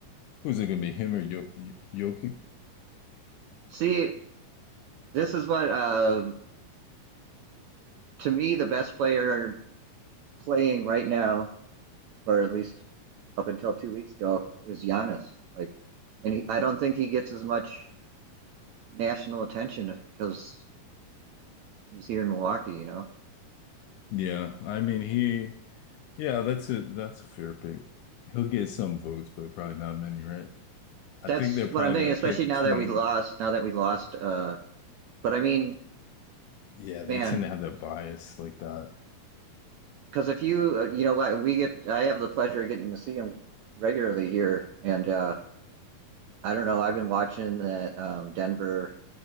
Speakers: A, on the left; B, on the right.
A: Who's it gonna be? Him or Yo Yo- Jokic?
B: See, this is what uh to me, the best player playing right now, or at least up until two weeks ago, is Giannis. Like, and he, I don't think he gets as much national attention because he's here in Milwaukee. You know,
A: Yeah, I mean he yeah, that's a that's a fair pick. He'll get some votes, but probably not many, right? I
B: that's
A: think they're probably
B: what I'm thinking.
A: gonna
B: Especially
A: pick between
B: now that we lost, now that we lost. Uh, but I mean,
A: yeah, they
B: man,
A: tend to have that bias like that.
B: because if you, uh, you know, what we get, I have the pleasure of getting to see him regularly here, and uh, I don't know. I've been watching that um, Denver